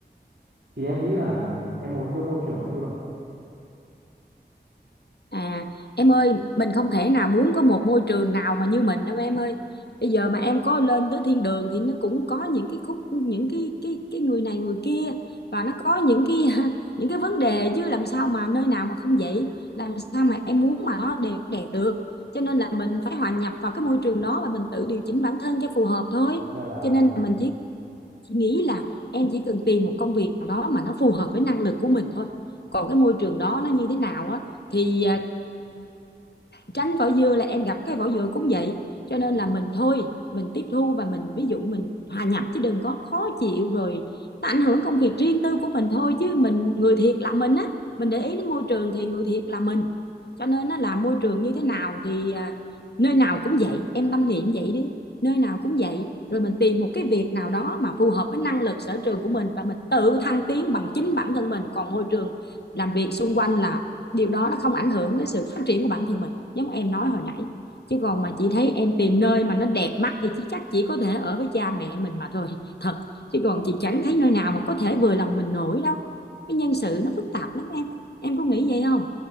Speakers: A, on the right; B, on the left.
A: thì em nghĩ là em muốn cái môi trường nó như vậy
B: À, em ơi, mình không thể nào muốn có một môi trường nào mà như mình đâu em ơi. Bây giờ mà em có lên tới thiên đường thì nó cũng có những cái khúc những cái cái cái người này người kia và nó có những cái <laughs> những cái vấn đề chứ làm sao mà nơi nào mà không vậy? Làm sao mà em muốn mà nó đều đẹp được? Cho nên là mình phải hòa nhập vào cái môi trường đó và mình tự điều chỉnh bản thân cho phù hợp thôi.
A: Thực ra là
B: Cho nên
A: mình
B: là mình chỉ, chỉ nghĩ là em chỉ cần tìm một công việc nào đó mà nó phù hợp với năng lực của mình thôi. Còn cái môi trường đó nó như thế nào á thì à, tránh vỏ dừa là em gặp cái vỏ dừa cũng vậy cho nên là mình thôi mình tiếp thu và mình ví dụ mình hòa nhập chứ đừng có khó chịu rồi nó ảnh hưởng công việc riêng tư của mình thôi chứ mình người thiệt là mình á mình để ý đến môi trường thì người thiệt là mình cho nên nó là môi trường như thế nào thì à, nơi nào cũng vậy em tâm niệm vậy đi nơi nào cũng vậy rồi mình tìm một cái việc nào đó mà phù hợp với năng lực sở trường của mình và mình tự thăng tiến bằng chính bản thân mình còn môi trường làm việc xung quanh là điều đó nó không ảnh hưởng đến sự phát triển của bản thân mình giống em nói hồi nãy chứ còn mà chị thấy em tìm nơi mà nó đẹp mắt thì chị chắc chỉ có thể ở với cha mẹ mình mà thôi thật chứ còn chị chẳng thấy nơi nào mà có thể vừa lòng mình nổi đâu cái nhân sự nó phức tạp lắm em em có nghĩ vậy không